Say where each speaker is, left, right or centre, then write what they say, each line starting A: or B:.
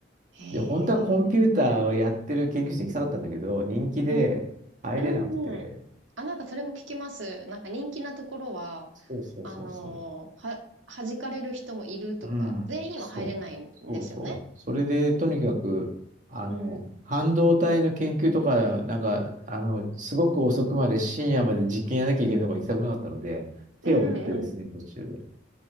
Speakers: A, on the right; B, on the right.
A: へえ。
B: で、本当はコンピューターをやってる研究室に行きたかったんだけど、人気で入れなくて、
A: うん、うん。あ、なんかそれも聞きます。なんか人気なところは、
B: そうそうそうそう。
A: あのーは、弾かれる人もいるとか、
B: うん、
A: 全員は入れないんですよね。
B: そう、そうそう。それで、とにかく、あの、
A: うん。
B: 半導体の研究とか、なんか、あの、すごく遅くまで深夜まで実験やらなきゃいけないところに行きたくなかったので、手を打ってですね、
A: うん、うん、
B: 途中で。